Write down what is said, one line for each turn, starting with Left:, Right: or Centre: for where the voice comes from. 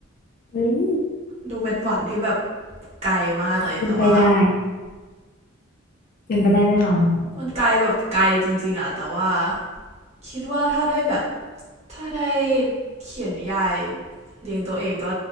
Left: เฮ้ย
Right: ดูเป็นฝันที่แบบไกลมากเลยแต่ว่า
Left: เป็นไปได้เป็นไปได้แน่นอน
Right: มันไกลแบบไกลจริงๆอะแต่ว่าคิดว่าถ้าได้แบบ ถ้าได้เขียนนิยายเลี้ยงตัวเองก็